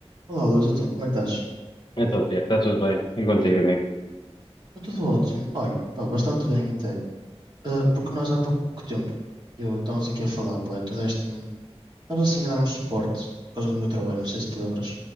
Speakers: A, on the right; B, on the left.
A: Olá, Luís, então, como é que estás?
B: Então, Tiago, está tudo bem. E contigo, amigo?
A: Está tudo ótimo. Olha, pá, bastante bem até. Ah, porque nós há pouco tempo, eu estávamos aqui a falar, pá, e tu deste-me, estavas assim a dar um suporte por causa do meu trabalho, não sei se te lembras.